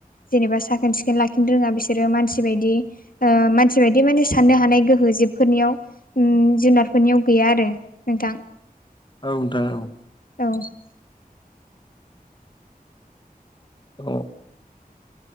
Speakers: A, on the left (about 65°); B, on the left (about 30°).
A: जेनेबा साखोन सिखोन लाखिनो रोङा बिसोरो मानसि बायदि। ओ मानसि बायदि माने साननो हानाय गोहो जिबफोरनियाव। उम जुनारफोरनियाव गैया आरो नोंथां।
B: औ नोंथां औ
A: औ
B: औ